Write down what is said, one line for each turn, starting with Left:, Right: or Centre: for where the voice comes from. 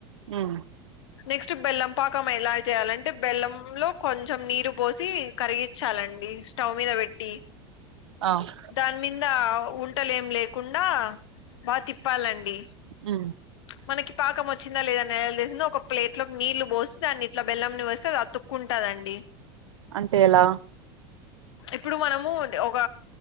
Right: ఉమ్.
Left: నెక్స్ట్ బెల్లం పాకం ఎలా చేయాలంటే బెల్లం లో కొంచెం నీరు పోసి కరిగించాలండి. స్టౌవ్ మీద పెట్టి.
Right: ఆహ్.
Left: దాని మీద ఉండలేం లేకుండా బాగా తిప్పాలండి.
Right: ఉమ్
Left: మనకి పాకం వచ్చిందా లేదా నేసిందా ఒక ప్లేట్ లో నీళ్లు పోసి దాన్ని ఇట్ల బెల్ంని వస్తే అది అతుక్. కుంటాందండి.
Right: అంటే ఎలా
Left: ఇప్పుడు మనము ఒక